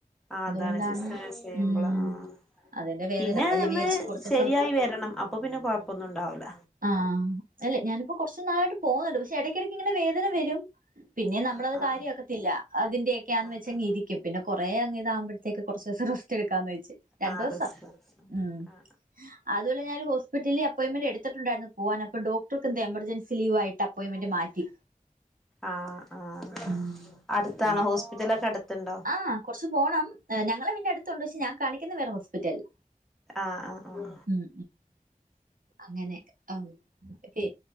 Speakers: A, in the centre; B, on the right.
A: ആ അതാണ്
B: അതുകൊണ്ടാണ്
A: സിസ്റ്റം യൂസെയ്യുമ്പള്
B: ഉം
A: ആഹ്
B: അതിന്റെ വേദന
A: പിന്നെ
B: അപ്പൊ ഞാൻ
A: ഒന്ന്
B: വിചാരിച്ച് കുറച്ചൂസം
A: ശരിയായി വരണം അപ്പൊ പിന്നെ കൊഴപ്പൊന്നുംണ്ടാവൂല.
B: ആഹ് അല്ല ഞാനിപ്പോ കൊർച്ച് നാളായിട്ട് പോകുന്നുണ്ട് പക്ഷെ ഇടയ്ക്കിടക്കിങ്ങനെ വേദന വരും. പിന്നെ നമ്മളത്
A: ആ
B: കാര്യാക്കത്തില്ല.
A: ആ
B: അതിന്റെയൊക്കെന്ന്
A: ആന്ന്
B: വെച്ചിരിക്കും. പിന്നെ കൊറേ അങ്ങ് ഇതാവുമ്പ- ക്ക് കൊറച്ചു ദെവസം റെസ്റ്റെട്ക്കാന്ന് വെച്ച്. രണ്ട്
A: ആ
B: ദെവസം
A: റിസ്ക്
B: ഉം
A: ആ ആ
B: അതോലെ ഞാനൊരു ഹോസ്പിറ്റലില് അപ്പോയിന്മെന്റ് എടുത്തിട്ടുണ്ടായിരുന്നു. പോവാനപ്പൊ ഡോക്ടർക്കെന്തോ എമർജൻസി ലീവായിട്ട് അപ്പോയിമെന്റ് മാറ്റി.
A: ആഹ് ആഹ്
B: ഉം
A: അടുത്താണോ
B: അങ്ങനെ
A: ഹോസ്പിറ്റലൊക്കെ അട്ത്ത്ണ്ടോ?
B: ആ കൊറച്ച് പോണം ഞങ്ങളെ വീടിന്റെ അടുത്ത് ഇണ്ട് പക്ഷെ ഞാൻ കാണിക്കുന്ന വേറെ ഹോസ്പിറ്റലിലാ.
A: ആഹ് ആഹ് ആഹ്.
B: ഉം അങ്ങനെ ആ ശരി